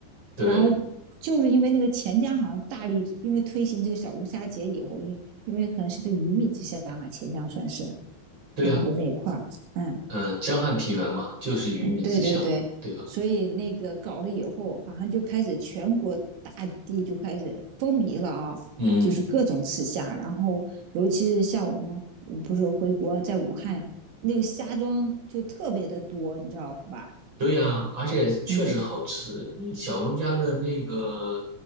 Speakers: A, on the right; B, on the right.
A: 对
B: 然后就是因为那个钱江好像大力，因为推行这个小龙虾节以后，因因为可能是不是鱼米之乡啊，钱江算是
A: 对啊，
B: 洪湖那一块儿，嗯，
A: 嗯，江汉平原嘛，就是鱼米之乡嘛，
B: 对对对，
A: 对吧？
B: 所以那个搞了以后，好像就开始全国大地就开始风靡了啊，
A: 嗯。
B: 就是各种吃虾，然后尤其是像我们不是回国在武汉那个虾庄就特别的多，你知道吧？
A: 对呀，而且确实好吃。
B: 嗯，
A: 小龙虾的那个